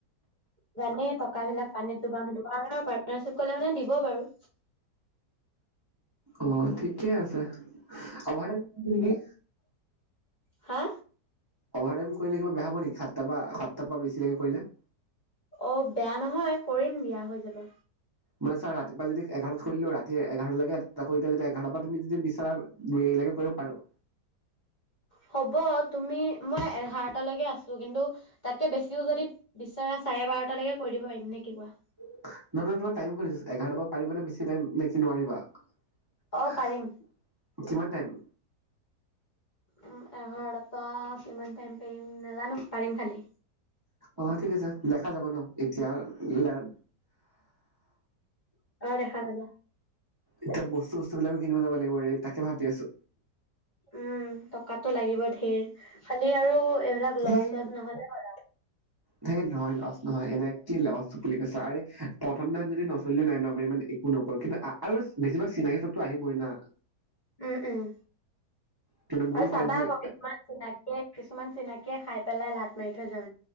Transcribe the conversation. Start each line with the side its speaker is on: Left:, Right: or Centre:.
Left: জানে টকা বিলাক পানীত দোবাম সেইটো কাৰণে পাৰ্টনাৰশ্বিপ কলে মানে দিব বাৰু
Right: অহ ঠিকেই আছে অভাৰ টাইম কৰিবি নেকি?
Left: হা
Right: অভাৰ টাইম কৰিলে কিবা বেয়া হ-ব হব নেকি সাত টা পা সাতটা পা বেছি লেকে কৰিলে
Left: অ বেয়া নহয় কৰিম দিয়া হৈ যাব
Right: মানে চা ৰ ৰাতিপুৱা যদি এঘাৰটাত খুলিলো ৰাতি এঘাৰটা লৈকে এটা কৰি দি এঘাৰটাৰ পৰা তুমি যদি বিচাৰা মই এইবিলাকে কৰিব পাৰো
Left: হ'ব তুমি মই এঘাৰটালৈকে আছো কিন্তু তাতকে বেছিও যদি বিচৰা চাৰে বাৰটালৈকে কৰি দিব পাৰিম নে কি কোৱা
Right: ন ন তোমাৰ টাইম খুজিছো এঘাৰটা পা পাৰিবানে বেছি টাইম নেকি নোৱাৰিব
Left: অ পাৰিম
Right: কিমান টাইম
Left: উ এঘাৰটাপা কিমান টাইম পাৰিম নাজানো পাৰিম খালি
Right: অ ঠিক আছে দেখা যাব ন এতিয়া <unintelligible>
Left: অ দেখা যাবা
Right: এতিয়া বস্তু বস্তু বিলাকো কিনিব যাব লাগিব ৰে তাকে ভাবি আছো।
Left: উম টকাটো লাগিব ধেৰ খালি আৰু এইবিলাক
Right: সেই
Left: লছ চছ নহ'লে হ'ল
Right: সেইত নহয় লাজ নহয় এনে কি লচ <unintelligible> আৰু প্ৰথম দিনা যদি নচলিলে নাই নহ ইমান একো নকৰো কিন্তু আৰু বেছিভাগ চিনাকি চবতো আহিবই না
Left: উম -উম
Right: কিন্তু মোৰ
Left: আৰু চাবা
Right: ফ্ৰেণ্ড বিলাক
Left: আকৌ কিছুমান চিনাকিয়ে, কিছুমান চিনাকি, তেতিয়া খাই পেলাই লাত মাৰি থৈ যা,